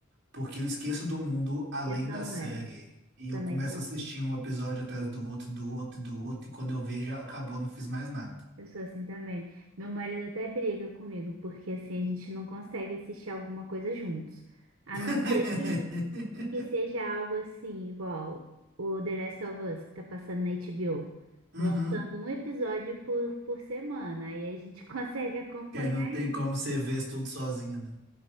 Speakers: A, on the right (about 55°); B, on the right (about 85°).
A: porque eu esqueço do mundo além
B: Eu também.
A: da série. E eu
B: Também
A: começo
B: sou
A: a assistir
B: assim.
A: um episódio atrás do outro, do outro, do outro, e quando eu vejo, acabou, não fiz mais nada.
B: Eu sou assim também. Meu marido até briga comigo, porque assim a gente não consegue assistir alguma coisa juntos. A
A: <laughs>
B: não ser que, que seja algo assim, igual o The Last of Us, que tá passando na HBO.
A: Uhum.
B: Lançando um episódio por, por semana. E a gente <laughs> consegue acompanhar
A: Que aí não tem como você ver isso tudo sozinho, né?